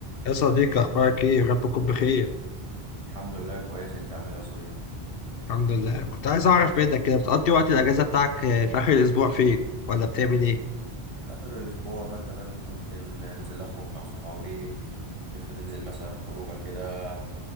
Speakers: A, on the left (about 65°); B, on the right (about 30°).
A: يا صديقي أخبارك إيه؟ رب تكون بخير
B: الحمد لله كويس انت عامل ايه يا صديقي
A: الحمد لله كنت عايز أعرف منك كده بتقضي وقت الأجازة بتاعك آه، في آخر الأسبوع فين؟ ولا بتعمل إيه؟
B: اخر اسبوع مثلا ممكن انزل اخرج مع صحابي نخ- ننزل مثلا خروجه كده